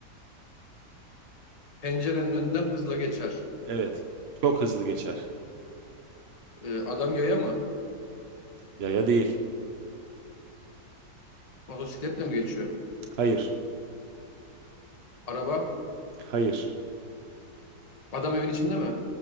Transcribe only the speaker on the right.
Evet, çok hızlı geçer.
Yaya değil.
Hayır,
hayır,